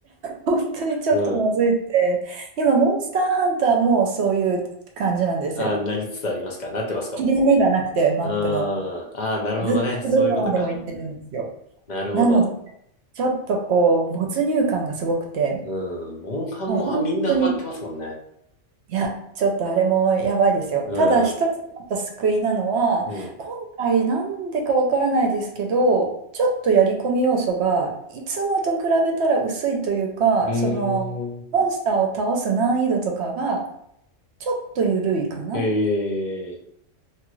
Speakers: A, on the right; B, on the left.
A: 本当にちょっとまずいって。
B: <laughs> うん。
A: 今、モンスターハンターもそういう感じなんですよ。
B: あ、なりつつありますかなってますかも
A: 切れ目がなくて、マップの。
B: う。うん。ああ、なるほどね。
A: ずっとどこまでも行ってるんですよ。
B: そういうことか。なるほど。
A: なので、ちょっとこう、没入感がすごくて、
B: うん。モンハンもはみんなハマってますもんね。
A: もう本当にいや、ちょっとあれもやばいですよ。
B: うん。
A: ただ一つやっぱ救いなのは、
B: うん。
A: 今回なんでかわからないですけど、ちょっとやり込み要素がいつもと比べたら薄いというか、
B: うーん。
A: そのモンスターを倒す難易度とかがちょっと緩いかな。
B: へえ。